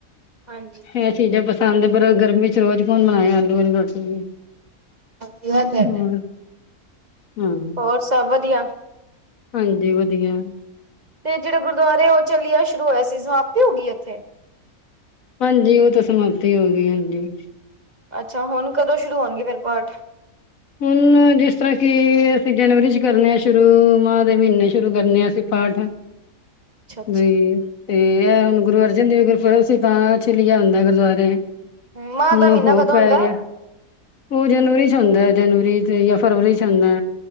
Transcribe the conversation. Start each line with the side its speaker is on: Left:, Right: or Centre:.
Right: ਹਾਂਜੀ
Left: ਇਹ ਚੀਜ਼ਾਂ ਪਸੰਦ ਨੇ, ਪਰ ਗਰਮੀ'ਚ ਰੋਜ਼ ਕੌਣ ਬਣਾਏ ਆਲੂ ਵਾਲੀ ਰੋਟੀ।
Right: ਵਧੀਆ ਤੇ
Left: ਹੋਰ, ਹਾਂ।
Right: ਹੋਰ, ਸਭ ਵਧੀਆ?
Left: ਹਾਂਜੀ, ਵਧੀਆ।
Right: ਤੇ ਜਿਹੜੇ ਗੁਰਦੁਆਰੇ ਉਹ ਜੇੜਾ ਚੱਲਿਆ ਸ਼ੁਰੂ ਹੋਇਆ ਸੀ, ਸਮਾਪਤੀ ਹੋ ਗਈ ਇੱਥੇ?
Left: ਹਾਂਜੀ, ਉਹ ਤੇ ਸਮਾਪਤੀ ਹੋਗੀ-ਹੋਗੀ।
Right: ਅੱਛਾ, ਹੁਣ ਕਦੋਂ ਸ਼ੁਰੂ ਹੋਣਗੇ ਫੇਰ ਪਾਠ?
Left: ਹੁਨ ਜਿਸ ਤਰ੍ਹਾਂ ਕਿ ਅਸੀਂ ਜਨਵਰੀ'ਚ ਕਰਨੇ ਆ ਸ਼ੁਰੂ, ਮਾਂ ਦੇ ਮਹੀਨੇ ਸ਼ੁਰੂ ਕਰਨੇ ਆ ਅਸੀਂ ਪਾਠ।
Right: ਅੱਛਾ ਅੱਛਾ
Left: ਵੀ ਤੇ, ਐ ਹੁਣ ਗੁਰੂ ਅਰਜਨ ਦੇਵ ਜੀ ਗੁਰਪੁਰਬ ਸੀ ਤਾਂ ਚੱਲਿਆ ਹੁੰਦਾ ਗੁਰਦੁਆਰੇ।
Right: ਮਾਂਹ
Left: ਹੁਣ,
Right: ਦਾ ਮਹੀਨਾ
Left: ਹੋਰ
Right: ਕਦੋਂ
Left: ਪੈਗਿਆ।
Right: ਹੁੰਦਾ
Left: ਉਹ ਜਨਵਰੀ'ਚ ਹੁੰਦਾ, ਜਨਵਰੀ ਤੇ ਯਾ ਫਰਵਰੀ'ਚ ਹੁੰਦਾ।